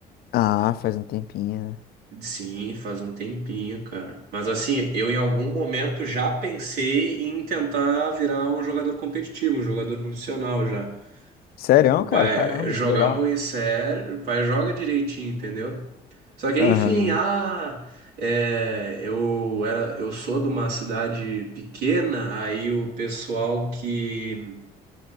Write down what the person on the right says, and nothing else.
Sim, faz um tempinho, cara. Mas assim, eu em algum momento já pensei em tentar virar um jogador competitivo, um jogador profissional já.
O
pai
eh, jogar
um pouquinho sério, o pai joga direitinho, entendeu? Só que
enfim, ah, é, eu era, eu sou de uma cidade pequena, aí o pessoal que